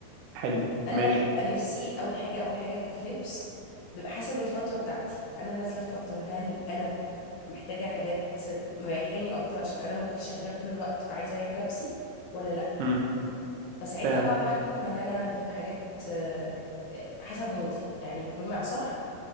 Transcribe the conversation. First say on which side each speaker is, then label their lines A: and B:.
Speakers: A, on the right (about 80°); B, on the left (about 65°).
A: حلو
B: انا
A: ماشي
B: بيبقى نفسي اول حاجه اول حاجه في لبس بيبقى حسب الفتره بتاعتي انا نازله في فتره هل انا محتاجه حاجات مريحاني اكتر عشان انا مخي شغال طول الوقت فعايزه اريح نفسي ولا لا
A: امم
B: فساعتها
A: فاهم
B: بقى بحكم هل انا هجيب حاجات آه، حسب مودي يعني بمعنى صح